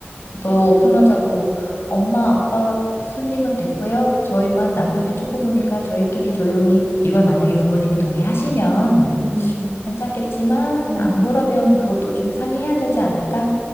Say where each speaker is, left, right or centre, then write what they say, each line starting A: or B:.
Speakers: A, on the left; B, on the right.
A: 너 편하자고 엄마 아빠 손님은 됐고요. 저희만 남편이 조금 오니까 저희끼리 조용히 이걸 만약에 부모님이 동의하시면
B: 응, 응,
A: 괜찮겠지만
B: 응.
A: 안 그러면 그것도 좀 상의해야 되지 않을까?